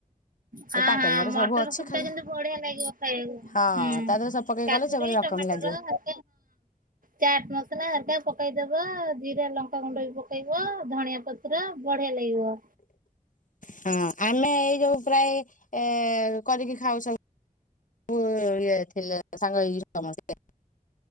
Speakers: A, on the right; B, on the left.
A: ହଁ
B: ତାଙ୍କରି
A: ହଁ
B: ଘରେ
A: ମଟର
B: ସବୁ ଅଛି
A: ସୁପ
B: ଖାଲି
A: ଟା ଜେମିତି ବଢିଆ ଲାଗିବ ଖାଇବାକୁ
B: ହଁ
A: ହୁଁ
B: ତା ଦେହରେ ସବୁ ପକେଇ
A: କାକୁଡି
B: କଲେ ସେ ଗୋଟେ ରକମ
A: ଟମାଟର।
B: ଲାଗିବ।
A: ହଁ ଚାଟ ମସଲା ହରିକା ପକେଇଦବ ଜିରା ଲଙ୍କାଗୁଣ୍ଡ ବି ପକେଇବ। ଧଣିଆ ପତ୍ର ବଢିଆ ଲାଗିବ।
B: ହଁ ଆମେ ଏଇ ଯୋଉ ପ୍ରାୟ ଏ କରିକି ଖାଉ ସବୁ ଇଏ ଥିଲେ ସାଙ୍ଗ ହେଇକି ସମସ୍ତେ।